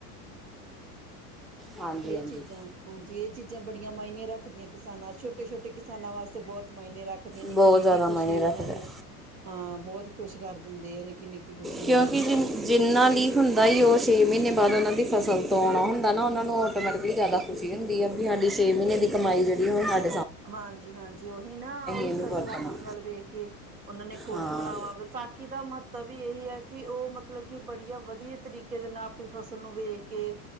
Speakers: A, in the centre; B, on the right.
A: ਹਾਂਜੀ
B: ਇਹ
A: ਹਾਂਜੀ
B: ਚੀਜ਼ਾਂ, ਹਾਂਜੀ ਇਹ ਚੀਜ਼ਾਂ, ਬੜੀਆਂ ਮਾਇਨੇ ਰੱਖਦੀਆਂ ਕਿਸਾਨਾਂ ਛੋਟੇ ਛੋਟੇ ਕਿਸਾਨਾਂ ਵਾਸਤੇ ਬਹੁਤ ਮਾਇਨੇ ਰੱਖਦਿਆਂ, ਨਿੱਕੀ
A: ਬਹੁਤ
B: ਨਿੱਕੀ
A: ਜ਼ਿਆਦਾ
B: ਖੁਸ਼ੀ
A: ਮਾਇਨੇ ਰੱਖਦਾ
B: ਉਹਨਾਂ
A: ਹੈ।
B: ਨੂੰ ਹਾਂ, ਬਹੁਤ ਖੁਸ਼ ਕਰ ਦਿੰਦੇ ਹਾਂ ਨਿੱਕੀ ਨਿੱਕੀ। ਖੁਸ਼ੀ ਨਾਲ
A: ਕਿਉਂਕਿ
B: ਹੀ
A: ‌ਜਿੰਨਾ, ਜਿੰਨਾ ਵੀਂ ਹੁੰਦਾ ਜੀ, ਉਹ ਛੇ ਮਹੀਨੇ ਬਾਅਦ ਉਹਨਾਂ ਦੀ ਫਸਲ ਤੋਂ ਆਉਣਾ ਹੁੰਦਾ ਨਾ, ਉਹਨਾਂ ਨੂੰ ਆਟੋਮੈਟਿਕਲੀ ਜ਼ਿਆਦਾ ਖੁਸ਼ੀ ਹੁੰਦੀ ਆ ਵੀ, ਸਾਡੀ ਛੇ ਮਹੀਨੇ ਦੀ ਕਮਾਈ ਜਿਹੜੀ ਆ ਉਹ ਸਾਡੀ
B: ਹਾਂਜੀ ਹਾਂਜੀ, ਉਹੀ ਨਾ ਉਹੀ
A: ਇਹਨੂੰ
B: ਫਸਲ
A: ਵਰਤਣਾ
B: ਆਪਣੀ ਵੱਲ ਵੇਖ ਕੇ ਉਹਨਾਂ ਨੇ ਖੁਸ਼
A: ਹਾਂ
B: ਹੋਣਾ ਵਾ ਵਿਸਾਖੀ ਦਾ ਮਹਤੱਤਾ ਵੀ ਇਹੀ ਹੈ ਕਿ, ਉਹ ਮਤਲਬ ਕਿ ਬੜੀਆ ਵਧੀਆ ਤਰੀਕੇ ਦੇ ਨਾਲ ਆਪਣੀ ਫਸਲ ਨੂੰ ਵੇਖ ਕੇ